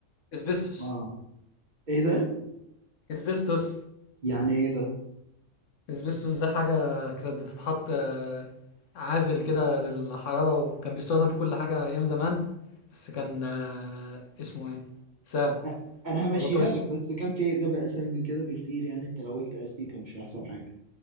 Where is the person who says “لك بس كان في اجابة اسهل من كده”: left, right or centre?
Right